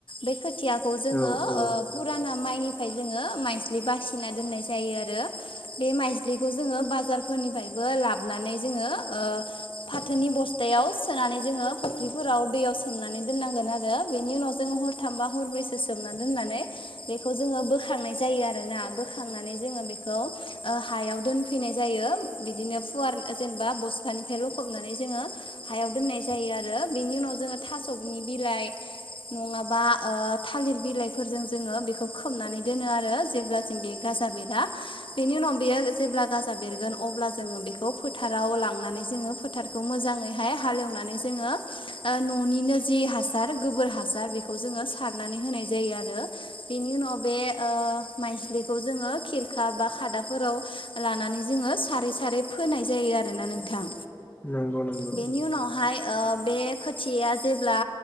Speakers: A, on the left; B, on the left.
A: बे खोथियाखौ जोङो
B: औ औ
A: ओ पुराना माइनिफ्राय जोङो माइज्लि बासिना दोननाय जायो आरो। बे माइस्लिखौ जोङो बाजारफोरनिफ्रायबो लाबनानै जोङो ओ फाथोनि बस्थायाव सोनानै जोङो फुख्रिफोराव दैयाव सोमनानै दोननांगोन आरो बेनि उनाव जों हरथामबा हरब्रैसो सोमना दोननानै बेखौ जोंयो बोखांनाय जायो आरोना बोखांनानै जोंयो बेफ औ। ओ हायाव दोनफैनाय जायो बिदिनो पुवार ओ जेनेबा बस्थानिफ्राय लखबनानै जोङो हायाव दोननाय जायो आरो बेनि उनाव जोङो थास'नि बिलाइ नङाबा ओ थालिर बिलाइफोरजों जोङो बिखौ खोबनानै दोनो आरो जेब्लासिम बेगा जा बेरा बेनि उनाव बियो जेब्ला गाजा बेरगोन अब्ला जोङो बेखौ फोथाराव लांनानै जोङो फोथारखौ मोजाङैहाय हालेव माने जोङो ओ ननिनो जि हासार गोबोर हासार बेखौ जोङो सारनानै होनाय जायो आरो बेनि उनाव बे ओ ओ मायज्लिखौ जोङो खेर खा बा खादाफोराव लानानै जोङो सारै सारै फोनाय जायो आरोना नोंथां।
B: नंगौ नंगौ।
A: बेनि उनावहाय ओ बे खोथियाया जेब्ला